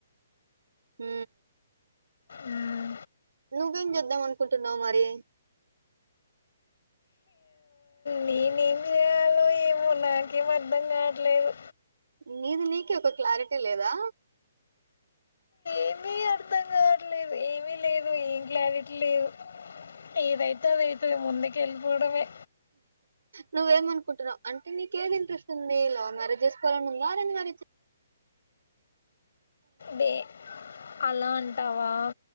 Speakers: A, on the right (about 90°); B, on the left (about 70°).
A: హ
B: మ్మ్.
A: నువ్వేం చూడం అనుకుంటున్నావ్ మరి
B: నేనేం చేయాలో ఏమో నాకేం అర్ధం కావట్లేదు
A: నీది నీక ఒక క్లారిటీ లేదా
B: ఏమి అర్థం కావటలేదు ఏమి లేదు ఏం క్లారిటీ లేదు ఏదైతే అదైతుంది ముందుకి వెళ్ళిపోవడమే
A: నువ్వేమ అనుకుంటున్నావు అంటే నీక ఏది ఇంట్రెస్ట్ ఉంది లవ్ మ్యారేజ్ చేసుకోవాలని ఉందా అ
B: దే అలా అంటావా